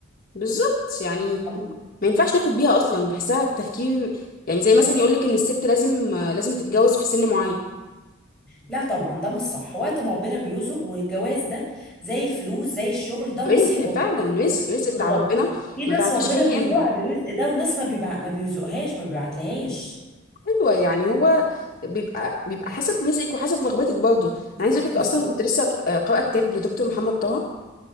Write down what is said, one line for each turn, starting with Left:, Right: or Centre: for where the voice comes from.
Left: بالظبط يعني
Centre: خلاص؟
Left: ما ينفعش ناخد بيها اصلا بحسها التفكير يعني زي مثلا يقولك ان الست لازم آه، لازم تتجوز في سن معين
Centre: لا طبعا ده مش صح وقت ما ربنا بيرزق والجواز ده زي الفلوس زي الشغل ده نصيب
Left: رزق فعلا
Centre: ربنا.
Left: رزق رزق
Centre: بالظبط
Left: بتاع ربنا
Centre: في ناس
Left: ما تعرفيش
Centre: ربنا
Left: هيجي
Centre: بيرزقها
Left: امتى
Centre: بالرزق ده وناس ما بيبع... ما بيرزقهاش ما بيبعتلهاش
Left: ايوه يعني هو بيبقى بيبقى حسب رزقك وحسب رغبتك برضه انا عايز اقول لك
Centre: بالظبط
Left: اصلا كنت لسه آه، قارئه كتاب لدكتور محمد طه